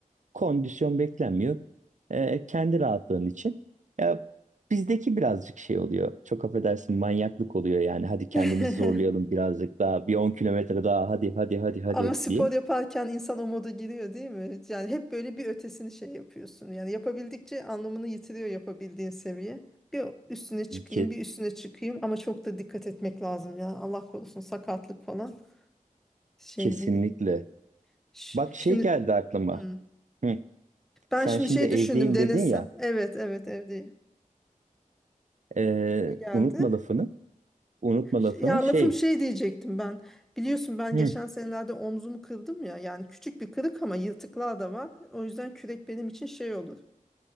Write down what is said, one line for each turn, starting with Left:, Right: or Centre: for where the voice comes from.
Right: kondisyon beklenmiyor. E, kendi rahatlığın için. Ya bizdeki birazcık şey oluyor. Çok affedersin manyaklık oluyor yani. Hadi kendimizi
Centre: <laughs>
Right: zorlayalım birazcık daha. Bir 10 kilometre daha hadi hadi hadi hadi,
Centre: Ama
Right: hadi
Centre: spor
Right: diye.
Centre: yaparken insan o moda giriyor değil mi? Yani hep böyle bir ötesini şey yapıyorsun. Yani yapabildikçe anlamını yitiriyor yapabildiğin seviye. Bir üstüne çıkayım,
Right: Ke-
Centre: bir üstüne çıkayım ama çok da dikkat etmek lazım ya. Allah korusun sakatlık falan şey
Right: kesinlikle.
Centre: değil. Ş-
Right: Bak şey
Centre: Şimdi
Right: geldi aklıma.
Centre: Hmm.
Right: Hı.
Centre: ben
Right: Sen
Centre: şimdi
Right: şimdi
Centre: şey
Right: evdeyim
Centre: düşündüm denesem.
Right: dedin ya.
Centre: Evet, evet evde.
Right: e,
Centre: Ne geldi?
Right: unutma lafını. Unutma
Centre: Ş-
Right: lafını
Centre: Ya
Right: şey.
Centre: lafım şey diyecektim ben. Biliyorsun ben
Right: Hı.
Centre: geçen senelerde omzumu kırdım ya. Yani küçük bir kırık ama yırtıklar da var. O yüzden kürek benim için şey olur.